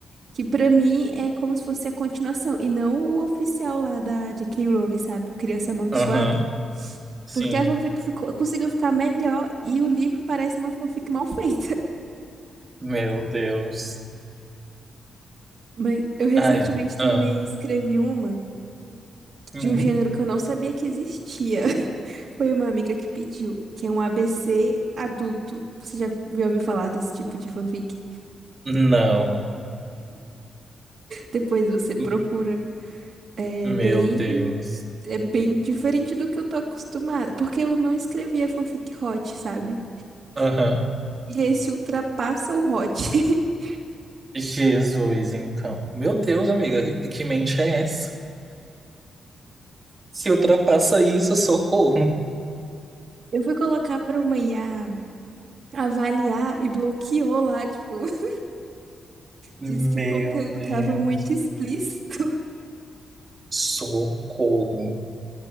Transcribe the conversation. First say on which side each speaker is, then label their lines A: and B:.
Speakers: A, on the right; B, on the right.
A: Que pra mim é como se fosse a continuação. E não o oficial lá da J.K. Rowling, sabe? o Criança Amaldiçoada.
B: Aham, sim.
A: Porque a fanfic ficou- conseguiu ficar melhor e o livro parece uma fanfic mal feita. <laughs>
B: Meu Deus.
A: Mas eu recentemente
B: Ai,
A: também
B: ah,
A: escrevi uma.
B: hum,
A: de um gênero que eu não sabia que existia. <laughs> Foi uma amiga que pediu, que é um ABC adulto. Você já, já ouviu falar desse tipo de fanfic?
B: não.
A: Depois você procura.
B: M-
A: É
B: Meu
A: bem,
B: Deus.
A: é bem diferente do que eu tô acostumada, porque eu não escrevia fanfic hot, sabe?
B: Aham.
A: E esse ultrapassa o hot. <laughs>
B: Jesus, então. Meu Deus, amiga, que que mente é essa? Se ultrapassa isso, socorro.
A: Eu fui colocar pra uma IA avaliar e bloqueou lá, tipo, <laughs>
B: Meu
A: disse que o conteúdo
B: Deus.
A: tava muito explícito. <laughs>
B: Socorro.